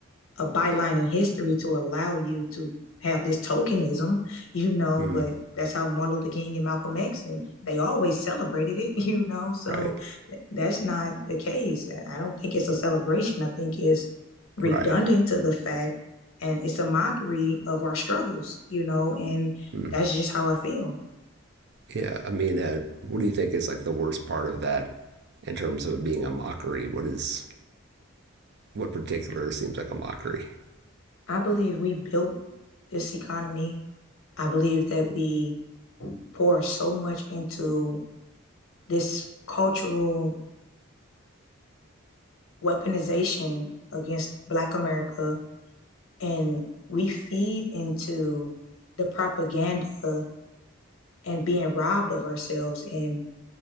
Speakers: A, on the left; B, on the right.
A: a byline in history to allow you to have this tokenism, you know,
B: Mm.
A: but that's how Martin Luther King and Malcolm X and they always celebrated it, <laughs> you know. So
B: Right,
A: th- that's not the case. I don't think it's a celebration. I think it's redundant
B: right.
A: to the fact and it's a mockery of our struggles, you know, and
B: Mm.
A: that's just how I feel.
B: Yeah, I mean, uh, what do you think is like the worst part of that in terms of being a mockery? What is what particular seems like a mockery?
A: I believe we built this economy. I believe that we pour so much into this cultural weaponization against Black America, and we feed into the propaganda and being robbed of ourselves, and